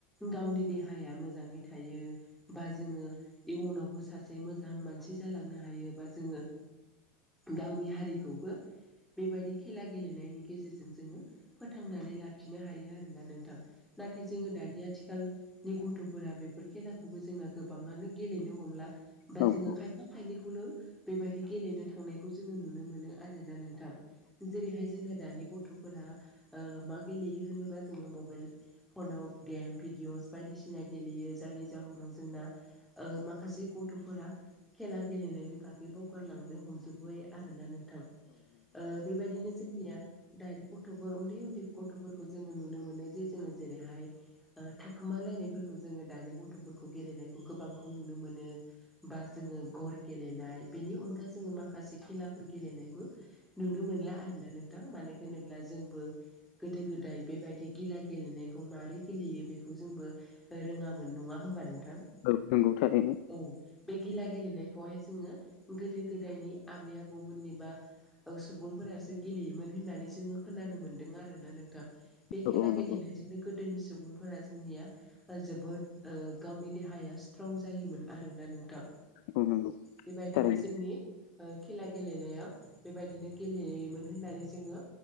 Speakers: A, in the centre; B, on the left (about 60°).
A: गावनि देहाया मोजाङै थायो। बा जोङो इयुनावबो सासे मोजां मानसि जालांनो हायोबा जोङो गावनि हारिखौबो बेबायदि खेला गेलेनायनि गेजेरजों जोङो फोथांनानै लाखिनो हायो आरोना नोंथां नाथाय जोङो दानि आथिखाल नि गथ'फोरा बेफोर खेलाखौबो जोंना गोबाङानो गेलेनो हमला
B: नंगौ
A: बा जोङो खायफ फा खायनिखौल' बेबायदि गेलेनो थांनायखौ जोङो नुनो मोनो आरोना नोंथां। जेरैहाय जोंना दानि गथ'फोरा ओ मा गेलेयो होनोबा जोङो मबेइल। फनाव गेम भिडिअस बायदिसिना गेलेयो जायनि जाहोनाव जोंना ओ माखासे गथ'फोरा खेला गेलेनायनि बागै बावगारलांनो हमजोबबाय आरोना नोंथां। ओ बेबायदिनो जोंनिया दानि गथ'फोर उन उन्दै उन्दै गथ'फोरखौ जोङो नुनो मोनो जे जोङो जेरैहाय ओ थाखोमालायनायफोरखौ जोङो दानि गथ'फोरखौ गेलेनायखौ गोबांखौ नुनो मोनो। बा जोङो घर गेलेनाय बेनि अनगा जोङो माखासे खेलाफोर गेलेनायखौ नुनो मोनला आरोना नोंथां मानो होन होनोब्ला जोंबो गोदो गोदाय बेबायदि गिला गेलेनायखौ मारै गेलेयो बेखौ जोंबो रोङामोन नङा होमबा नोंथां?
B: औ नोंगौ थारैनो
A: औ बे गिला गेलेनायखौहाय जोङो गोदो गोदायनि आबै आबौमोननि बा औ सुबुंफोरासो गेलेयोमोन होननानै जोङो खोनानो मोन दों आरोना नोंथां बे
B: औ
A: खेला
B: औ
A: गेलेनायजोंनो
B: नंगौ
A: गोदोनि सुबुंफोरा जोंनिया जोबोद ओ गावनि देहाया स्ट्रं जायोमोन आरोना नोंथां।
B: औ नंगौ
A: बेबायदिनो
B: थारैनो
A: जोंनि ओ खेला गेलेनायाव बेबायदिनो गेलेयोमोन होननानै जोङो